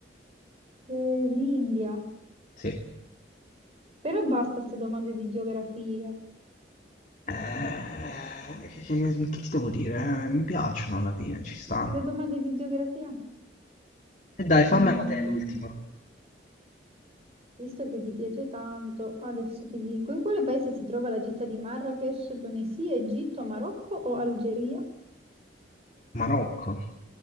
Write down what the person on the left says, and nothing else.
Sì.
Eh, che, che- che ti devo dire? Eh, mi piacciono alla fine, ci stanno.
E dai,
fammela te l'ultima.
Marocco.